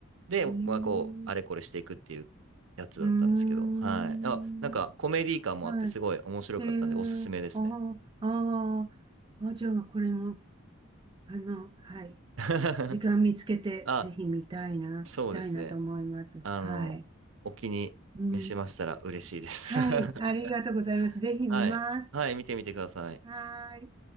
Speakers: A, on the right; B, on the right.
A: で、
B: へー、
A: まあ、こうあれこれしていくっていうやつだったんですけどはいあなんかコメディ感もあってすごい面白かったんでおすすめですね
B: うーん、はい、えー、あー、あー、あ、じゃあこれも、あの、はい、
A: <laughs>
B: 時間見つけて、
A: あ
B: ぜひ見たいな、
A: そうですね
B: 見たいなと思います。
A: あの、
B: はい。
A: お気に召しましたら嬉しいです。
B: うんはい。
A: <laughs>
B: ありがとうございます。ぜひ見ます。
A: はい。はい、見てみてください。
B: はーい。